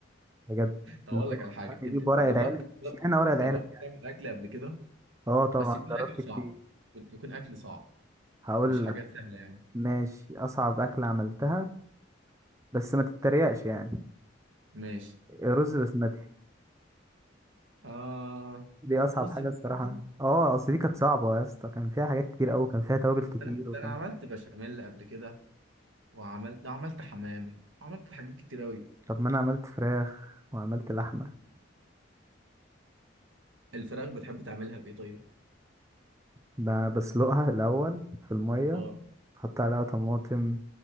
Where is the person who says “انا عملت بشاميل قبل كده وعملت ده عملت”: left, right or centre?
Right